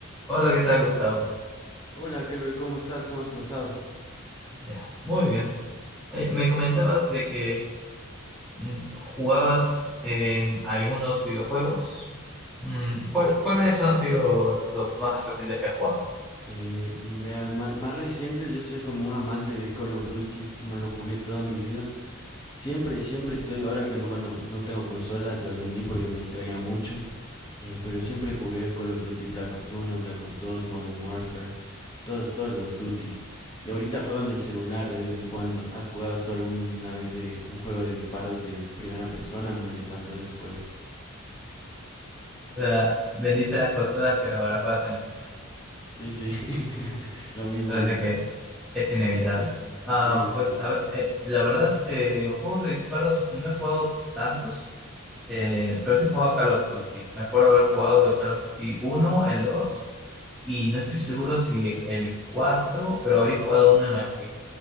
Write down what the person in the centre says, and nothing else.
Hola, ¿qué tal, Gustavo?
Ya, muy bien. Oye, me comentabas de que mm, jugabas en algunos videojuegos. Mm, ¿cuál- cuáles han sido los más recientes que has jugado?
O sea, vendiste las consolas, pero ahora juegas en eso.
Parece
que es inevitable. Ah,
pues, a ver, eh, la verdad, eh, en juegos de disparos no he jugado tantos, eh, pero sí he jugado Call of Duty. Me acuerdo haber jugado el Call of Duty uno, el 2. y no estoy seguro si el cuatro pero había jugado uno en el Wii.